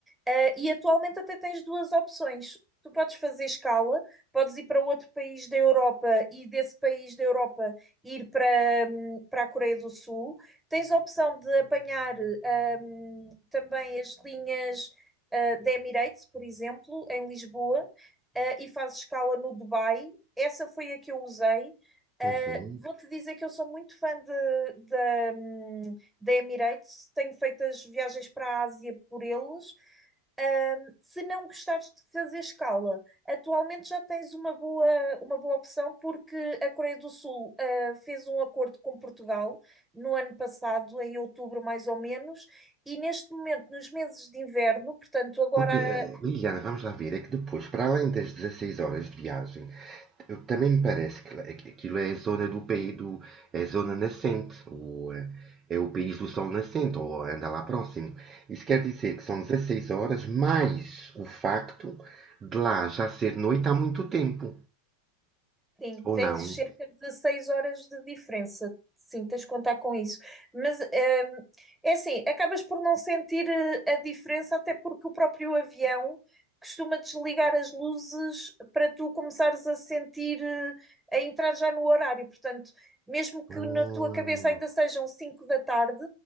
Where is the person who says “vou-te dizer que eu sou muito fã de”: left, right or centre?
Centre